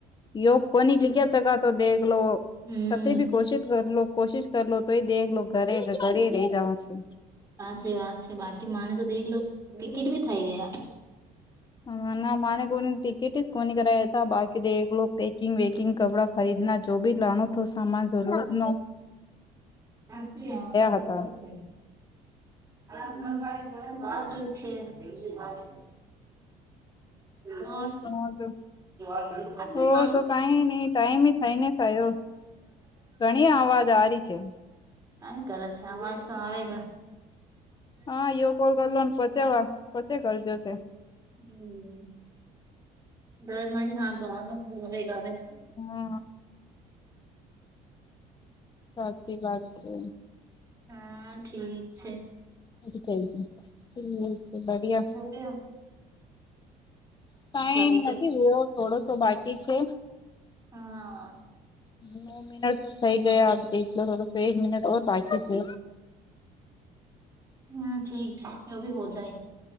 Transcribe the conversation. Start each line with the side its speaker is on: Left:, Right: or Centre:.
Left: યો કોની લીખ્યા ચગતો દેખલો
Right: હમ્મ.
Left: ભી કોશિત કરલો કોશિશ કરલો તોય દેખ લો ઘરે ઘરે રહી જાઓ છે
Right: જે વાત છે બાકી માને તો દેખ લો ટીકિટ ભી થઈ ગયા
Left: હ ના માને કોની ટિકિટ સ કોની કર હતા બાકી દેવલું બેકિંગ વેકિંગ કપડાં ખરીદના જો ભી લણ તો સામાન જરૂર નો
Right: હા
Left: હતા
Right: <unintelligible> છે
Left: તો
Right: હા
Left: સુણો છો
Right: હા
Left: તો તો કઈ નઈ ટાઈમ થઈને સાયો ઘણી અવાજ આ રહી છે
Right: કઈ કરત છે અવાજ તો આવે છે
Left: હા એયો કોલ કરલોને પચવા પચે કરજો છે
Right: હમ દરમાંય હા તો આમ જ આવે ઘરે
Left: હા સાચી વાત છે
Right: હા ઠીક છે
Left: <unintelligible> બદીયા
Right: ભૂદેવો
Left: ટાઈમ
Right: લેકિન
Left: નથી એવો થોડોસો બાકી છે
Right: હા
Left: નવ મિનટ તો થઈ ગયા આપ દેખલો થોડો એક મિનિટ ઓર બાકી છે
Right: હમ્મ ઠીક છે એ ભી હો જાય